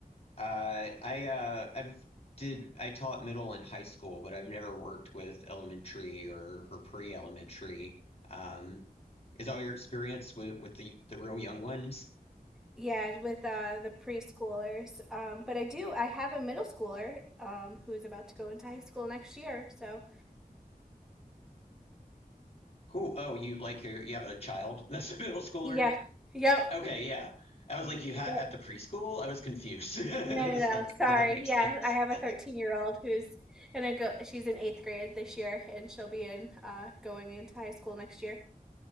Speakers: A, on the left; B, in the centre.
A: uh, I uh, I've did I taught middle and high school, but I've never worked with elementary or, or pre-elementary. Um, is all your experience with, with the, the real young ones?
B: Yeah, with uh, the preschoolers. Um, but I do, I have a middle schooler um, who is about to go into high school next year. So
A: Cool. Oh, you like your you have a child <laughs> that's a middle schooler?
B: Yeah. Yep.
A: Okay, yeah. I was like, you had
B: Yep.
A: at the preschool? I was confused. <laughs> It's
B: No, no, no.
A: like,
B: Sorry.
A: but that makes
B: Yeah,
A: sense.
B: I have
A: <laughs>
B: a 13 year old who's gonna go. She's in eighth grade this year, and she'll be in uh, going into high school next year.